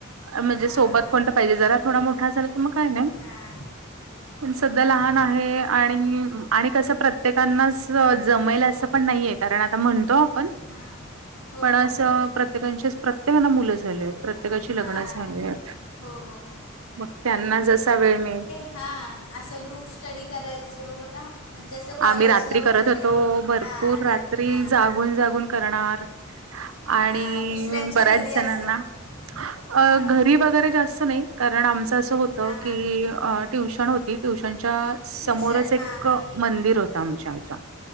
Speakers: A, on the right; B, on the left.
A: म्हणजे
B: हां
A: सोबत कोणत पाहिजे जरा. थोडा मोठा झाला तर मग काय नाही?
B: हां
A: पण सध्या
B: हां
A: लहान आहे. आणि आणि कस प्रत्य प्रत्येकांनाच जमेल असं
B: हो
A: पण नाहीये? कारण आता म्हणतो आपण
B: हां हो
A: पण.. अस
B: हो हो
A: प्रत्येकाचेच प्रत्येकाना मुलं झालेयेत. प्रत्येकाची
B: हां
A: लग्न झालीये.
B: हो हो हो
A: मग त्यांना जसा वेळ मिळेल
B: हा.. अस ग्रुप स्टडी करायचो बघा? म्हणजे असं कॉलेजला
A: आम्ही रात्री करत
B: वगैरे
A: होतो. भरपूर
B: हां रात
A: रात्री
B: हां
A: जाग गुण जागून करणार. आणि
B: हां दुसऱ्यांच्या
A: बऱ्याच
B: घरी असं
A: जणांना. अ
B: हां
A: घरी वगैरे जास्त नाही? कारण आमचं असं होतं
B: हां हां
A: की ट्युशन होती. ट्युशनच्या
B: ट्युशन
A: समोरच एक
B: हां हां
A: मंदिर होत आमच्या इथ.